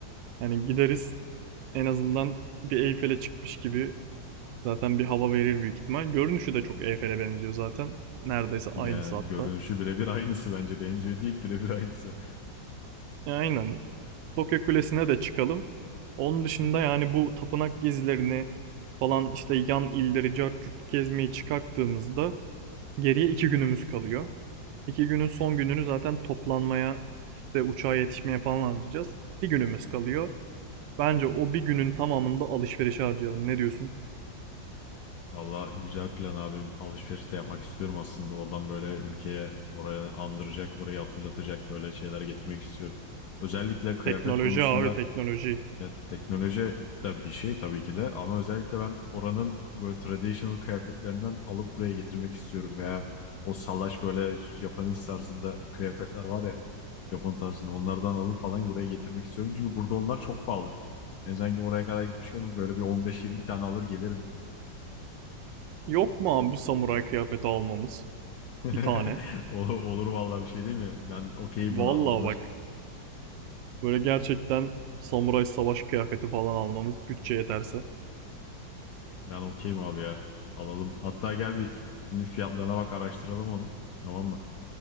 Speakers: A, on the right (about 80°); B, on the left (about 65°).
A: Hani gideriz en azından bir Eyfel'e çıkmış gibi zaten bir hava verir büyük ihtimal. Görünüşü de çok Eyfel'e benziyor zaten. Neredeyse aynısı
B: Ya
A: hatta.
B: görünüşü birebir aynısı bence. Benziyor değil birebir aynısı.
A: Ya Aynen. Tokyo Kulesi'ne de çıkalım. Onun dışında yani bu tapınak gezilerini falan işte yan illeri cart curt gezmeyi çıkarttığımızda geriye iki günümüz kalıyor. İki günün son gününü zaten toplanmaya işte uçağa yetişmeye falan harcayacağız. Bir günümüz kalıyor. Bence o bir günün tamamında alışveriş harcayalım. Ne diyorsun?
B: Valla güzel plan abi. Alışveriş de yapmak istiyorum aslında. Oradan böyle ülkeye oraya andıracak, orayı hatırlatacak böyle şeyler getirmek istiyorum. Özellikle kıyafet
A: Teknoloji
B: konusunda
A: abi teknoloji.
B: ya, teknoloji de bir şey tabii ki de ama özellikle ben oranın böyle traditional kıyafetlerinden alıp buraya getirmek istiyorum veya o salaş böyle Japanese tarzında kıyafetler var ya Japon tarzında onlardan alıp falan buraya getirmek istiyorum. Çünkü burada onlar çok pahalı. Yani sanki oraya kadar gitmişken böyle bir 15-20 tane alır gelirim
A: Yok mu abi samuray kıyafeti almamız?
B: <laughs>
A: Bir tane.
B: Ol- Olur vallahi bir şey değil mi? Ben okeyim
A: Vallahi
B: buna alınır.
A: bak. Böyle gerçekten samuray savaş kıyafeti falan almamız bütçe yeterse.
B: Ben okeyim abi ya. Alalım. Hatta gel bir şimdi fiyatlarına bak araştıralım onu. Tamam mı?